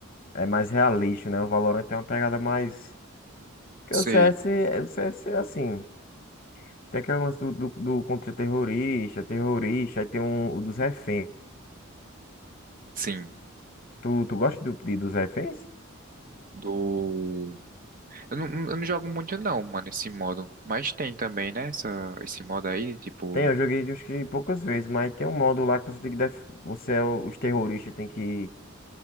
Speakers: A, on the left; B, on the right.
A: é mais realista, né? O Valorant tem uma pegada mais. Porque
B: Sei,
A: o C S é- o C S é assim. Tem aquele lance do, do, do contra-terrorista, terrorista, aí tem um, o dos reféns.
B: sim.
A: Tu, tu gosta do, de, dos reféns?
B: Do. Eu não, eu não jogo muito não, mano, esse modo. Mas tem também, né? Essa, esse modo aí, tipo,
A: Tem, eu joguei acho que poucas vezes, mas tem um modo lá que você tem que def... você é o- os terroristas tem que